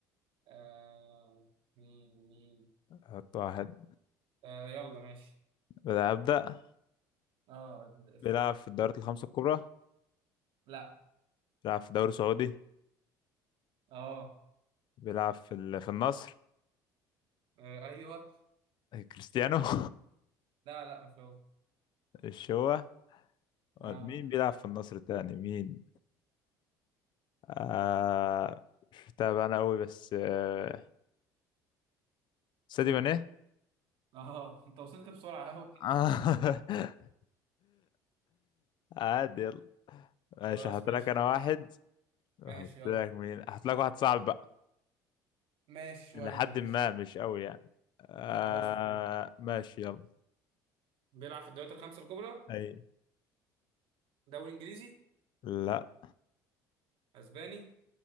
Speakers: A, on the right; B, on the left.
A: آه مين مين
B: حط واحد
A: آه يلا ماشي
B: بدأ ابدأ
A: اه الاسم.
B: بيلعب في الدوريات الخمسة الكبرى
A: لا
B: بيلعب في دوري سعودي
A: اه
B: بيلعب في ال... في النصر
A: آه، ايوه
B: كريستيانو <laughs>
A: لا لا مش هو
B: الشوة
A: اه
B: مين بيلعب في النصر تاني مين آه
A: آه.
B: مش متابع انا قوي بس آه سادي ماني
A: اه انت وصلت بسرعة قوي
B: آه. <laughs> عادي يلا ماشي
A: خلاص
B: هحط
A: ماشي
B: لك انا واحد
A: ماشي
B: احط
A: يلا
B: لك مين احط لك واحد صعب بقى
A: ماشي شوية
B: لحد
A: ماشي
B: ما مش قوي يعني آه
A: خلاص تمام
B: ماشي يلا
A: بيلعب في الدوريات الخمسة الكبرى
B: اي
A: دوري انجليزي
B: لا
A: اسباني